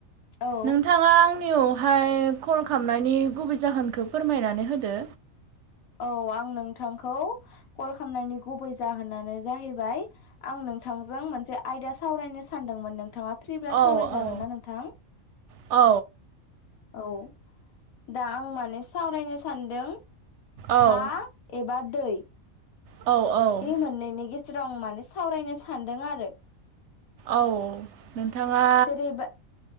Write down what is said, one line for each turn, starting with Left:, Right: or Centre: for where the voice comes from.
Left: औ
Right: नोंथाङा आंखौ हाय कल खालामनायनि गुबै जाहोनखौ फोरमायनानै होदो
Left: औ आं नोंथांखौ कल खालामनायनि गुबै जाहोनानो जाहैबाय आं नोंथांजों मोनसे आयदा सावरायनो सानदोंमोन नोंथाङा फ्रिब्ला सावरायजागोन
Right: औ औ
Left: ना नोंथां
Right: औ
Left: औ दा आं माने सावरायनो सानदों
Right: औ
Left: हा एबा दै
Right: औ औ
Left: बे मोननैनि गेजेराव आं माने सावरायनो सानदों आरो
Right: औ नोंथाङा
Left: जेरैबा